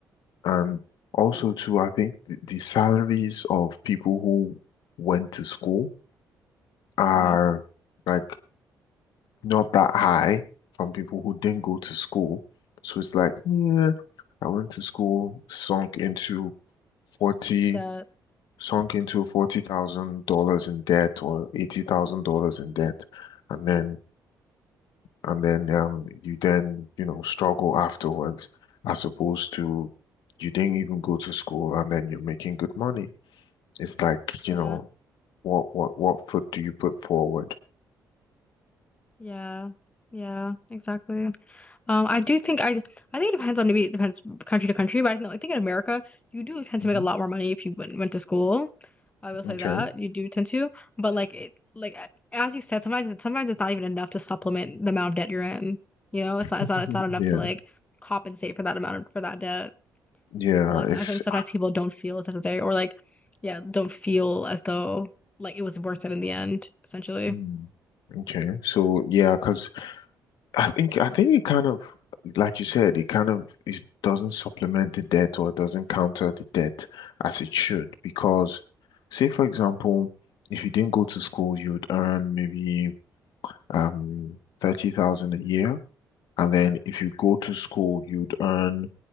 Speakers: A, on the left; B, on the left.
A: And also, too, I think the, the salaries of people who went to school are
B: Mm-hmm.
A: like not that high from people who didn't go to school. So it's like, yeah, I went to school, sunk into 40,
B: it does.
A: sunk into $40,000 in debt or $80,000 in debt, and then and then um you then you know struggle afterwards as opposed to you didn't even go to school and then you're making good money. It's like, you
B: Yeah,
A: know, what what what foot do you put forward?
B: yeah, yeah, exactly. Um, I do think I I think it depends on maybe it depends country to country, but I, know, I think in America you do tend
A: hmm
B: to make a lot more money if you went went to school. I will say
A: Okay.
B: that
A: <laughs>
B: you do tend to, but like it like a- as you said, sometimes it, sometimes it's not even enough to supplement the amount of debt you're in. You know, it's not it's
A: Mhm.
B: not it's not enough
A: Yeah.
B: to like compensate for that amount of, for that debt.
A: Yeah,
B: So like
A: it's
B: I think sometimes people don't feel it's necessary or like yeah don't feel as though like it was worth it in the end essentially.
A: Hmm. okay. So yeah, because I think I think it kind of like you said, it kind of it doesn't supplement the debt or it doesn't counter the debt as it should because say for example, if you didn't go to school, you would earn maybe um 30,000 a year. And then if you go to school, you'd earn